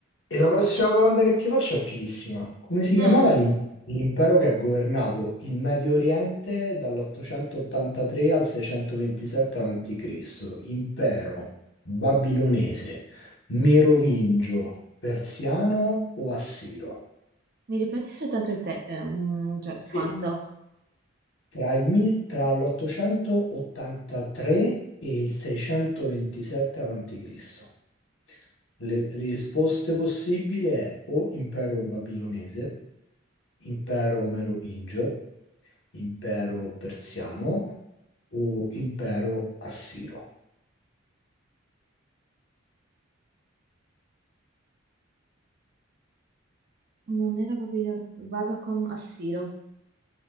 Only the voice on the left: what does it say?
E la prossima domanda che ti faccio è fighissima. Come si chiamava
l'im- l'impero che ha governato il Medio Oriente dall'883 al 627 a.C.? Impero babilonese, merovingio, persiano o assiro?
Sì. Tra il mil- tra l'883 e il 627 a.C. Le risposte possibili è o impero babilonese, impero merovingio, impero persiano o impero assiro.